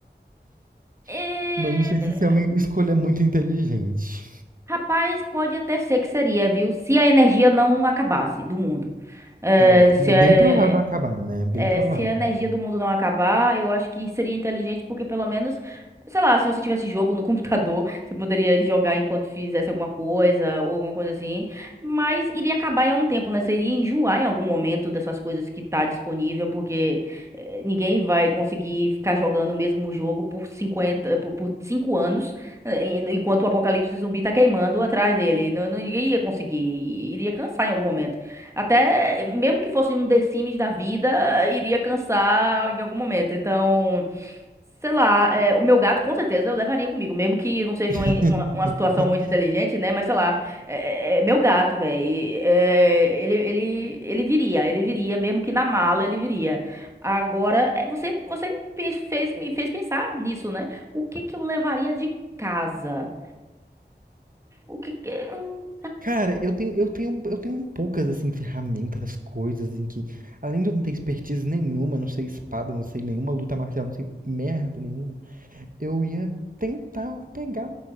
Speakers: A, on the right; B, on the right.
A: É,
B: <laughs> Mas não sei se isso é uma escolha muito inteligente.
A: Rapaz, pode até ser que seria, viu? Se a energia não acabasse do mundo. É,
B: É,
A: se
B: e
A: é-
B: é bem provável acabar, né? Bem
A: é,
B: provável.
A: se a energia do mundo não acabar, eu acho que seria inteligente, porque pelo menos, sei lá, se você tivesse jogo no <laughs> computador, você poderia jogar enquanto fizesse alguma coisa ou alguma coisa assim. Mas iria acabar em algum tempo, né? Você iria enjoar em algum momento dessas coisas que tá disponível, porque eh, ninguém vai conseguir ficar jogando o mesmo jogo por 50, por, por 5 anos, eh, en- enquanto o apocalipse zumbi tá queimando atrás dele. Não, não- ninguém ia conseguir, iria cansar em algum momento. Até mesmo que fosse um The Sims da vida, iria cansar em algum momento. Então, sei lá, é, o meu gato com certeza eu levaria comigo, mesmo que não seja uma,
B: <laughs>
A: uma, uma situação muito inteligente, né? Mas sei lá, é, é- é meu gato, velho. ele, ele, ele viria, ele viria, mesmo que na mala ele viria. Agora, é, você, você me fez, fez- me fez pensar nisso, né? O que que eu levaria de casa? O que que. hum,
B: Cara, eu tenho, eu tenho, eu tenho poucas assim ferramentas, coisas em que, além de eu não ter expertise nenhuma, não sei espada, não sei nenhuma luta marcial, não sei merda nenhuma. eu ia tentar pegar,